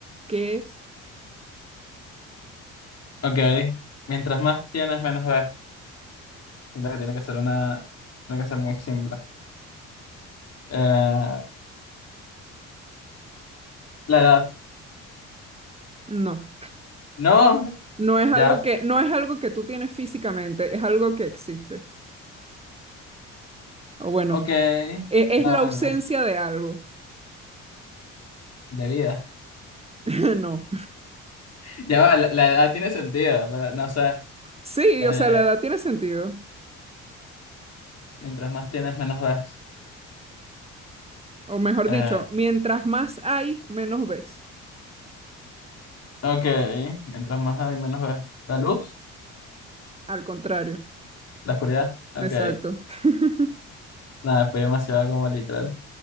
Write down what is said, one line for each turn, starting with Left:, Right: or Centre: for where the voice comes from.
Right: ¿Qué es?
Left: Ok, mientras más tienes, menos ves. Siento que tiene que ser una, tiene que ser muy simple. Eh, la edad.
Right: No.
Left: No,
Right: No es
Left: ya,
Right: algo que, no es algo que tú tienes físicamente, es algo que existe. O bueno,
Left: ok.
Right: e- es
Left: No,
Right: la
Left: bueno,
Right: ausencia de algo.
Left: de vida.
Right: <laughs> No.
Left: <laughs> Ya va, la, la edad tiene sentido, pero no sé.
Right: Sí,
Left: Eh,
Right: o sea, la edad tiene sentido.
Left: mientras más tienes, menos ves.
Right: O mejor
Left: Eh,
Right: dicho, mientras más hay, menos ves.
Left: ok, mientras más hay, menos ves. La luz,
Right: Al contrario,
Left: la oscuridad. Ok,
Right: exacto. <laughs>
Left: nada, fue demasiado como literal.